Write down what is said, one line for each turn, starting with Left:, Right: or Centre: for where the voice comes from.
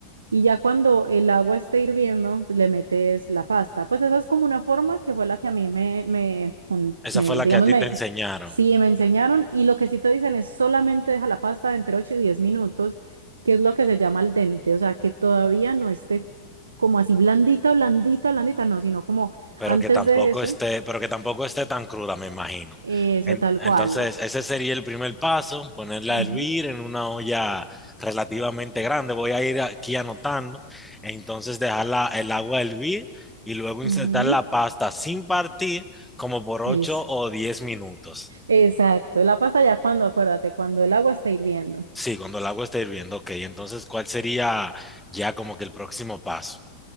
Right: Y ya cuando el agua esté hirviendo, le metes la pasta. Pues esa es como una forma que fue la que a mí me, me, con-
Centre: Esa
Right: me-
Centre: fue la
Right: digamos,
Centre: que a ti
Right: me,
Centre: te enseñaron,
Right: sí, me enseñaron. Y lo que sí te dicen es solamente deja la pasta entre 8 y 10 minutos, que es lo que se llama al dente. O sea, que todavía no esté como así blandita, blandita, blandita, no, sino como
Centre: pero
Right: antes
Centre: que tampoco
Right: de eso,
Centre: esté, pero que tampoco esté tan cruda, me imagino.
Right: eso
Centre: En-
Right: tal
Centre: entonces,
Right: cual.
Centre: ese sería el primer paso, ponerla
Right: Ujú,
Centre: a hervir en una olla relativamente grande. Voy a ir aquí anotando. Entonces, dejar la- el agua hervir y luego
Right: ujú,
Centre: insertar la pasta sin partir como por ocho
Right: eso.
Centre: o 10 minutos.
Right: Exacto. La pasta ya cuando, acuérdate, cuando el agua está hirviendo.
Centre: Sí, cuando el agua está hirviendo, ok. Entonces, ¿cuál sería ya como que el próximo paso?